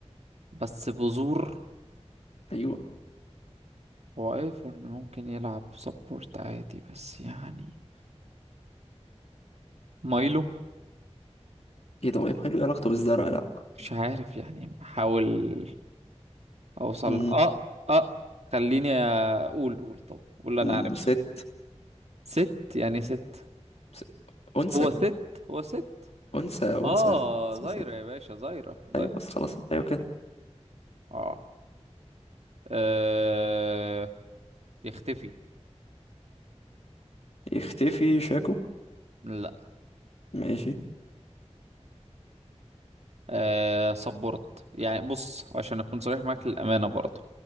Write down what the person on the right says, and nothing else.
بس بذور
هو ايفرن ممكن يلعب سبورت عادي بس يعني مايلو
مش عارف يعني بحاول اوصل
اه اه خليني اقول قول طب قول اللي انا
عرفته
ست يعني ست
هو ست هو ست
اه
زايرة
يا باشا زايرة زايرة
اه آه، يختفي
لا
آه صبرت يعني بص عشان اكون صريح معاك للامانه برضه